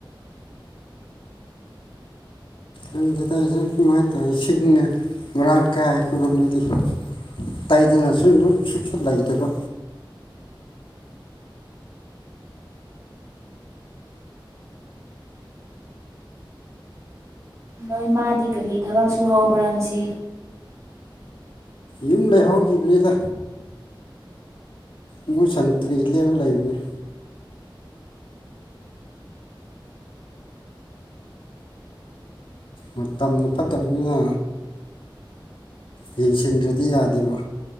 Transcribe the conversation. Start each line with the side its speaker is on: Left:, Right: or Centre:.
Left: ꯑꯗꯨ ꯁꯤꯗ ꯑꯩꯁꯨ ꯀꯃꯥꯏꯅ ꯇꯧꯋꯤ ꯁꯤꯡꯅ ꯃꯔꯥꯡ ꯀꯥꯏ ꯑꯩ ꯈꯣꯏ ꯔꯣꯝꯗꯗꯤ꯫ ꯑꯇꯥꯏꯗꯅꯁꯨ ꯁꯁꯨꯠ ꯂꯩꯇꯦꯕ꯫
Right: ꯅꯣꯏ ꯃꯥꯗꯤ ꯀꯔꯤ ꯊꯕꯛꯁꯨ ꯍꯧꯕ꯭ꯔꯥ ꯉꯁꯤ꯫
Left: ꯌꯨꯝ ꯂꯩꯍꯧꯈꯤꯕꯅꯤꯗ꯫ ꯏꯨ ꯁꯟꯇ꯭ꯔꯤ ꯂꯦꯕ ꯂꯩꯕꯅꯤ꯫ ꯃꯇꯝꯅ ꯐꯠꯇꯕꯅꯤꯅ꯫ ꯌꯦꯡꯁꯤꯟꯗ꯭ꯔꯗꯤ ꯌꯥꯗꯦꯕ꯫